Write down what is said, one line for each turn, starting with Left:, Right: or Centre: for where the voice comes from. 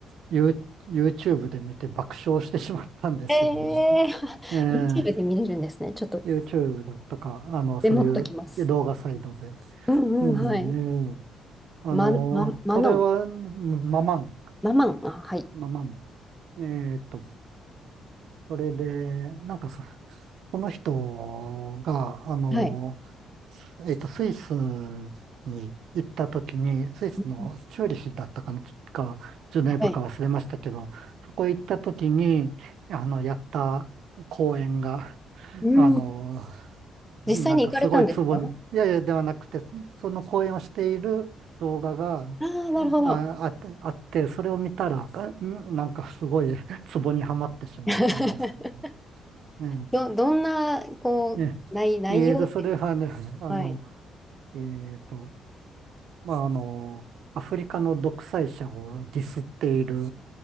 Right: ユー YouTube で見て爆笑してしまったんですよね。
Centre: えー、
Right: ええ
Centre: <laughs> YouTube で見れるんですね。ちょっと、
Right: YouTube だったか、あの、そういう動画サイトで。
Centre: メモっときます。うんうん、
Right: うん、
Centre: はい。
Right: ええあの、
Centre: ま、ま、マノン。
Right: それは、ママン、
Centre: ママン。あ、はい。
Right: ママン。えっと、それで、なんかそこの人が、あの、
Centre: はい。
Right: えっと、スイスに行った時に、スイスのチューリヒだったかな、
Centre: うん
Right: か、ジュネーブか忘れましたけど、
Centre: はい。
Right: そこ行った時に、あの、やった公演が、
Centre: うん。
Right: あの、なんかすごいツボに、
Centre: 実際に行かれたんですか
Right: いやいや、ではなくて、その公演をしている動画が、
Centre: ああー、なるほど。
Right: あ、あって、あって、それを見たら、あんなんかすごいツボにはまってしまったんですけどね。
Centre: <laughs>
Right: う
Centre: ど、どんな、こう、
Right: ん
Centre: 内、内容っていうか、
Right: えーと、それはね、<laughs> あの、
Centre: はい。
Right: えーと、まあ、あの、アフリカの独裁者をディスっている、